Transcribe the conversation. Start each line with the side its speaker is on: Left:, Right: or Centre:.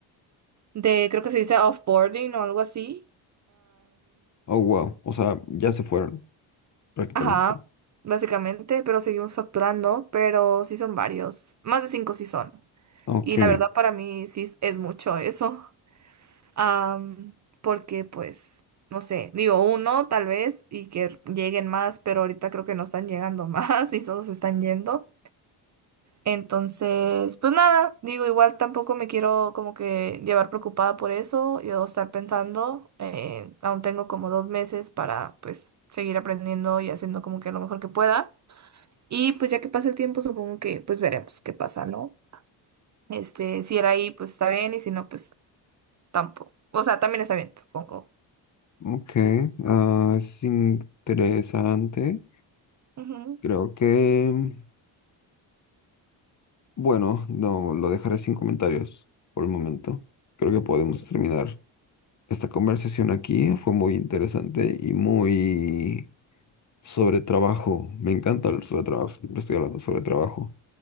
Right: de, creo que se dice offboarding o algo así.
Left: Oh, wow. O sea, ya se fueron prácticamente.
Right: Ajá, básicamente, pero seguimos facturando, pero sí son varios, más de cinco sí son.
Left: Ok,
Right: Y la verdad para mí sí es es mucho eso, <laughs> Am, porque pues, no sé, digo uno tal vez y que lleguen más, pero ahorita creo que no están llegando más <laughs> y solo se están yendo. Entonces, pues nada, digo, igual tampoco me quiero como que llevar preocupada por eso, yo estar pensando, eh, aún tengo como dos meses para pues seguir aprendiendo y haciendo como que lo mejor que pueda. Y pues ya que pasa el tiempo, supongo que pues veremos qué pasa, ¿no? Este, si era ahí, pues está bien, y si no, pues tampoco. O sea, también está bien, supongo.
Left: ok. Ah, es interesante.
Right: Ujú.
Left: Creo que... Bueno, no, lo dejaré sin comentarios por el momento. Creo que podemos terminar esta conversación aquí. Fue muy interesante y muy sobre trabajo. Me encanta hablar sobre trabajo. Siempre estoy hablando sobre trabajo.